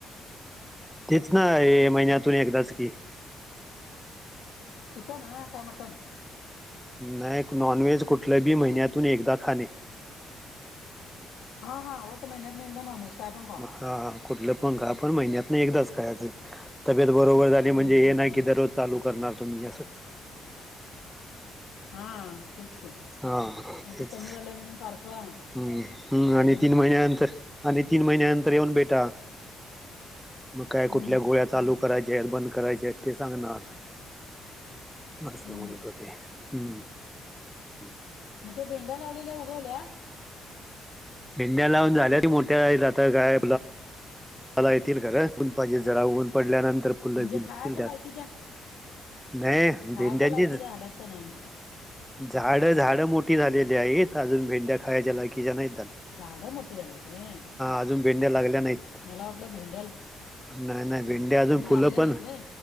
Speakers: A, in the centre; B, on the left.
A: तीच ना ए महिन्यातून एकदाच की.
B: चिकन हा का मटन?
A: नाही नॉनव्हेज कुठल्या बी महिन्यातून एकदा खाणे.
B: हा हा वट महिन्यात न एकदा नॉनव्हेज काय पण खावा.
A: हा हा कुठलं पण खा पण महिन्यात न एकदाच खायचं तब्येत बरोबर झाली म्हणजे
B: हम्म हम्म
A: हे नाही
B: हम्म
A: की दररोज चालू करणार तुम्ही असं.
B: हा तेच की.
A: हा
B: आता
A: तेच
B: कमी झालंय म्हणून सारखं
A: हम् हम्म
B: खायचं
A: आणि
B: नाही
A: तीन महिन्यानंतर आणि तीन महिन्या नंतर येऊन भेटा. मग काय
B: हम्म
A: कुठल्या गोळ्या चालू करायचे आहेत बंद करायचे आहेत ते सांगणार अस
B: हम्म
A: म्हणत होते. हम्म. हम्म
B: मधे भेंड्या लावलेल्या उगवल्या?
A: भेंड्या लावून झाल्याती मोठ्या आता काय मला येतील खर जरा ऊन पडल्यानंतर फुलं
B: म्हणजे
A: बिलकूल
B: खायच्या लायकीच्या
A: नाही
B: खायच्या
A: भेंड्यांचीच
B: लायकीचे झाल्यात का नाही म्हटलं
A: झाड झाडं मोठी झालेली आहेत. अजून भेंड्या खायच्या लायकीच्या नाही.
B: झाडं मोठी झाल्यात व्हय.
A: अजून भेंड्या लागल्या नाहीत
B: मला वाटलं भेंड्याला
A: नाही नाही
B: हम्म
A: भेंड्या
B: अजून लागल्या
A: फुलं पण
B: नाहीत व्हय?